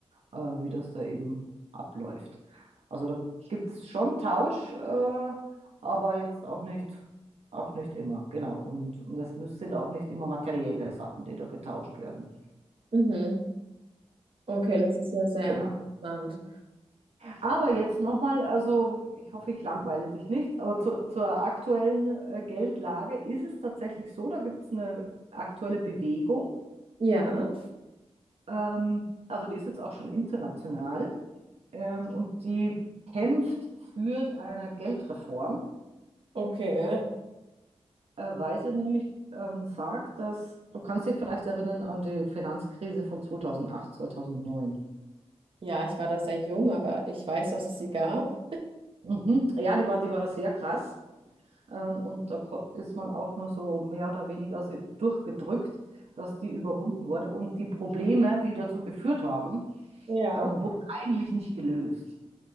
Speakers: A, on the right; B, on the right.
A: äh, wie das da eben abläuft. Also da gibt es schon Tausch, äh, aber jetzt auch nicht, auch nicht immer, genau. Und, und das müß- sind auch nicht immer materielle Sachen, die da getauscht werden.
B: Mhm. Okay, das ist ja sehr
A: Genau.
B: interessant.
A: Aber jetzt nochmal, also ich hoffe, ich langweile dich nicht, aber zu, zur aktuellen äh, Geldlage ist es tatsächlich so, da gibt es eine aktuelle Bewegung,
B: Ja,
A: ähm, also die ist jetzt auch schon international ähm, und die kämpft für eine Geldreform.
B: okay.
A: äh, Weise nämlich ähm, sagt, dass du kannst dich vielleicht erinnern an die Finanzkrise von 2008 2009.
B: Ja, ich war da sehr jung, aber ich weiß, dass es sie gab.
A: Mhm. Ja, die war, die war sehr krass. Ähm, und da ko- ist man auch nur so mehr oder weniger so durchgedrückt, dass die überwunden wurde. Und die Probleme, die dazu geführt haben,
B: Ja.
A: ähm, wurden eigentlich nicht gelöst,